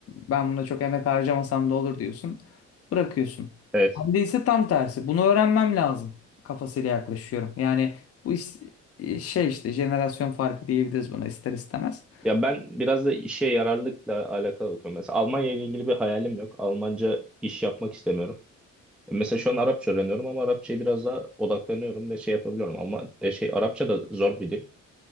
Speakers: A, on the left; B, in the centre.
A: ben buna çok emek harcamasam da olur diyorsun. Bırakıyorsun.
B: Evet.
A: Ben ise tam tersi. Bunu öğrenmem lazım kafasıyla yaklaşıyorum. Yani bu iş, şey işte jenerasyon farkı diyebiliriz buna ister istemez.
B: Ya ben biraz da işe yararlılıkla alakalı bakıyorum. Mesela Almanya ile ilgili bir hayalim yok. Almanca iş yapmak istemiyorum. E, Mesela şu an Arapça öğreniyorum ama Arapçaya biraz daha odaklanıyorum ve şey yapabiliyorum. Ama e, şey Arapça da zor bir dil.